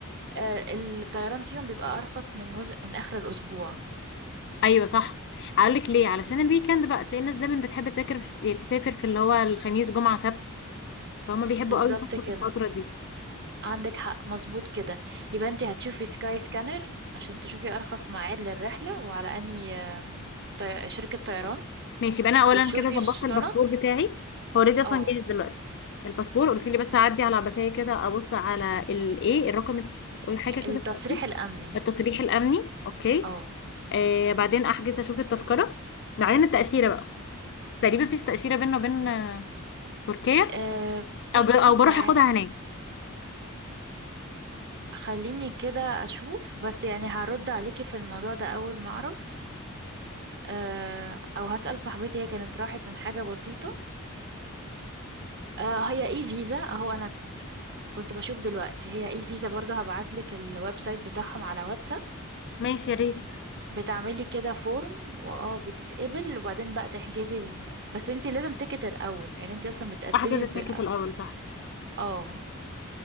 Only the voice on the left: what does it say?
ايوه صح هقول لك ليه علشان الويكند بقى تلاقي الناس دايما بتحب تذاكر في... يعني تسافر في اللي هو الخميس جمعه سبت فهم بيحبوا
قوي يسافروا
في الفتره دي
ماشي يبقى انا اولا
كده ظبطت
الباسبور بتاعي هو اوريدي اصلا
جاهز دلوقتي الباسبور قلت لي بس اعدي على عباسيه كده ابص على الايه الرقم الت- حاجه كده
التأكيد
التصريح الامني اوكي
آه بعدين احجز اشوف التذكره بعدين التاشيره بقى تقريبا مفيش تاشيره بيننا وبين آه، تركيا
او
ب... او
بروح اخدها هناك
ماشي يا ريت
احجز التيكت
الاول صح